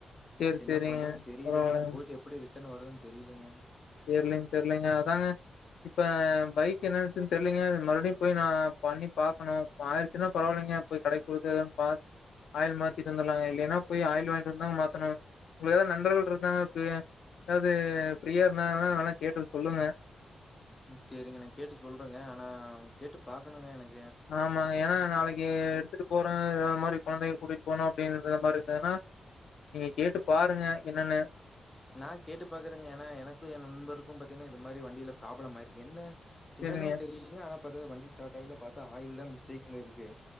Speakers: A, on the left (about 85°); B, on the left (about 15°).
A: சரி,
B: என்ன
A: சரிங்க.
B: பண்றதுன்னு தெரியலங்க
A: பரவாயில்லைங்க.
B: போயிட்டு எப்படி ரிட்டன் எத்தன வருதுன்னு தெரியல்லைங்க
A: தெரியலங்க தெரியலங்க அதாங்க இப்ப பைக் என்னச்சுன்னு தெரியலீங்க மறுபடியு போய் நா பண்ணி பாக்கணு ஆயிடுசின்னா பரவாயில்லைங்க போய் கடைக்கு போயிட்டுன்னு ஆயில் மாத்திட்டு வந்துர்லாங்க இல்லலைன்னா போய் ஆயில் வாங்கிட்டு இருந்தாங்க மாத்தணு உங்களுக்கு ஏதாவது நண்பர்கள் இருந்தாங்க யாரவது ப்ரியா ருந்தங்கனா நல்லா கேட்டு சொல்லுங்க
B: ம் சேரிங்க நா கேட்டு சொல்றேங்க ஆனா கேட்டு பாக்கணுங்க எனக்
A: ஆமாங்க ஏன்னா நாளைக்கு எடுத்துட்டு போறேன்ற மாரி குழந்தைகள கூட்டிட்டு போனோ அப்படின்ற மாதிரி அதா நா நீங்க கேட்டு பாருங்க என்னன்னு
B: நா கேட்டு பாக்குறேங்க ஏனா எனக்கு என் நண்பருக்கு பாத்தீங்கா இது மாரி வண்டியில ப்ராப்ளம் ஆயிருக்கு என்ன
A: செரிங்க
B: என்னன்னே தெரிலீங்க ஆனா பாதா வண்டி ஸார்ட் ஆகல பாதா ஆயில் தா மிஸ்டேக்குனு இருக்கு